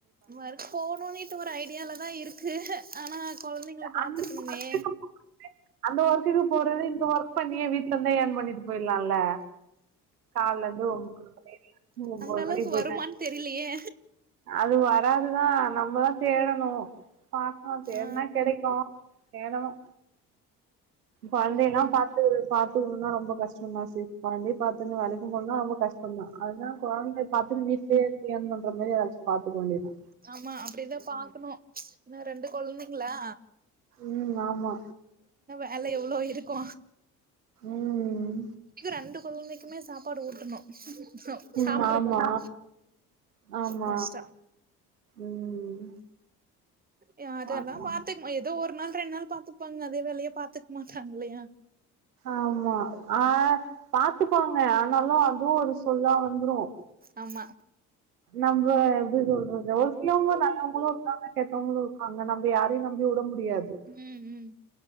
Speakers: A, on the right; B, on the right.
A: வொர்க் போனுனிட்டு ஒரு ஐ டியால தா இருக்கு ஆனா கொழந்தைங்கள பாத்துக்கணுமே
B: அந்த ஒர்க்குக்கு அந்த ஒர்க்குக்கு போறது இந்த ஒர்க் பண்ணியே வீட்டுல இருந்தே ஏர்ன் பண்ணிட்டு போயிரலாம்ல்ல காலிலெழுது ஒம்பது மணிவரையு ஒம்போது
A: அந்த அளவுக்கு
B: மணி போய்ட்டாங்க
A: வருமான்னு தெரிலயே
B: அது வராதுதா நம்மதா தேடணு பாக்கணு தேட்னா
A: ஆ
B: கெடைக்கு தேடனு கொழந்தைலா
A: ம்
B: பாத்து பாத்துக்கணுனா ரொம்ப கஷ்டந்தா சி கொழந்தையு பாத்துன்னு வேலைக்கு போகணும்னா ரொம்ப கஷ் டந்தா அதா கொழந்தைய பாத்துன்னு வீட்லயே இருந்து ஏர்ன் பண்ற மாரி ஏதாச்சு பாத்துக்க வேண்டியதுதா
A: ஆமா அப்டிதா பாக்கணு ஏன்னா ரெண்டு கொழந்தைங்களா
B: ம் ஆமா
A: வேலை எவ்ளோ இருக்கு
B: ம்
A: ரெண்டு கொழந்தைக்குமே சாப்பாடு ஊட்டணு
B: ம்
A: சாப்ட்ருக்கமாட்டாங்க
B: ஆமா, ஆமா.
A: எ கஷ்டோ
B: ம்
A: எ அது
B: பாக்கலாம்.
A: எல்லா பாத்துக் எதோ ஒரு நாள் ரெண் நாள் பாத்துப்பாங்க அதே வேலையா பாத்துக் மாட்டாங் இல்லையா
B: ஆமா ஆ பாத்துப்பாங்க ஆனாலு அதுவு ஒரு சொல்லா வந்துரு
A: ஆமா
B: நம்ப எப்டி சொல்றது ஒரு சிலவங்க நல்லவங்களு இருக்காங்க கெட்டவங்களு இருக்காங்க நம்ப யாரையு நம்பி உட முடியாது.
A: ம் ம்